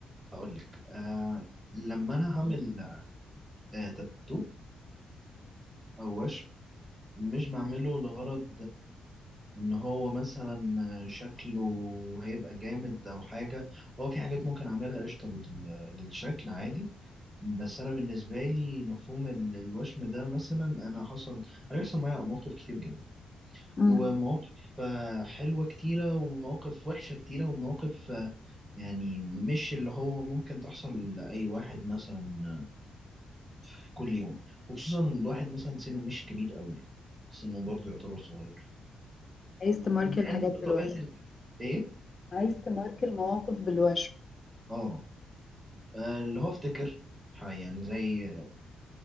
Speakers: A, on the right; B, on the left.
A: اقول لك آه لما انا هعمل آه تاتو او وشم مش بعمله لغرض ان هو مثلا شكله هيبقى جامد او حاجه هو في حاجات ممكن اعملها قشطه لل- للشكل عادي بس انا بالنسبه لي مفهوم ال- الوشم ده مثلا انا حصل هيحصل معايا مواقف كتير جدا
B: مم.
A: ومواقف آه، حلوه كتيره ومواقف وحشه كتيره ومواقف آه، يعني مش اللي هو ممكن تحصل لاي واحد مثلا آه، في كل يوم وخصوصا الواحد مثلا سنه مش كبير قوي يعني سنه برضه يعتبر صغير
B: عايز تماركي
A: مع
B: الحاجات
A: انك بطبيعه
B: بالوشم
A: ال... ايه
B: عايز تماركي المواقف بالوشم
A: اه آه، اللي هو افتكر ح- يعني زي